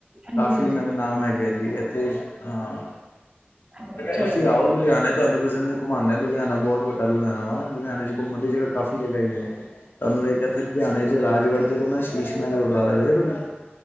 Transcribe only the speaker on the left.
ਕਾਫੀ ਇਹਨਾਂ ਦੇ ਨਾਮ ਹੈਗੇ ਜੀ ਇੱਥੇ ਹਾਂ
ਤੁਸੀਂ ਆਓ ਲੁਧਿਆਣੇ ਤੁਹਾਨੂੰ ਕਿਸੇ ਨੂੰ ਘਮਾਉਂਦਾ ਲੁਧਿਆਣਾ ਬਹੁਤ ਵੱਡਾ ਲੁਧਿਆਣਾ ਵਾਂ ਲੁ ਧਿਆਣੇ ਚ ਘੁੰਮਣ ਦੀ ਜਗ੍ਹਾ ਕਾਫੀ ਜਗ੍ਹਾ ਹੈਗੀਆ ਨੇ ਤੁਹਾਨੂੰ ਇਹ ਕਹਿਥ ਲੁਧਿਆਣੇ ਚ ਰਾਜਗੜ੍ਹ ਦੇ ਕੋਲ ਨਾ ਸ਼ੀਸ਼ ਮਹਿਲ ਗੁਰਦੁਆਰਾ ਗਏ ਓ ਕਦੀ